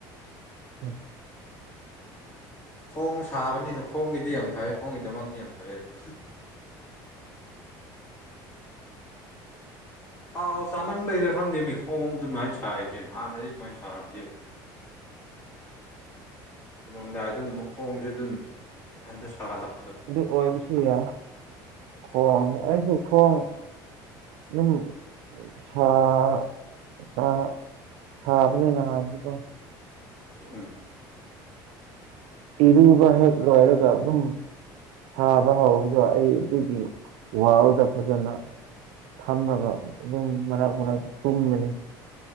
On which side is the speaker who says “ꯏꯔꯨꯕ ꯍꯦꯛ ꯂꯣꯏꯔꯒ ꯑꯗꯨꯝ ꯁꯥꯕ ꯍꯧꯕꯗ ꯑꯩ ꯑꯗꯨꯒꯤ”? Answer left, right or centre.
Right